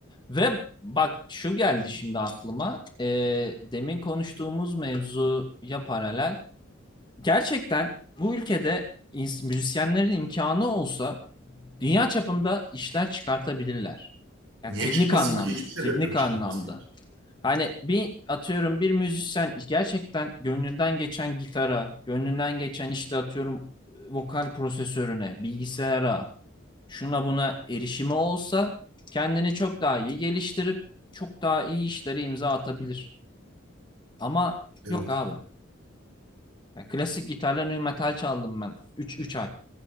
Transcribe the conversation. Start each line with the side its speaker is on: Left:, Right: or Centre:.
Left: Ve bak şu geldi şimdi aklıma. Ee, demin konuştuğumuz mevzuya paralel. Gerçekten bu ülkede ins- müzisyenlerin imkanı olsa dünya çapında işler çıkartabilirler. Yani
Right: Niye
Left: teknik
Right: çıkmasın
Left: anlamda,
Right: ki? Hiçbir sebep
Left: teknik
Right: yok çıkmaması
Left: anlamda.
Right: için.
Left: Hani bir atıyorum bir müzisyen gerçekten gönlünden geçen gitara, gönlünden geçen işte atıyorum vokal prosesörüne, bilgisayara, şuna buna erişimi olsa kendini çok daha iyi geliştirip çok daha iyi işlere imza atabilir. Ama
Right: Evet.
Left: yok abi. Ya klasik gitarla nu metal çaldım ben üç üç ay.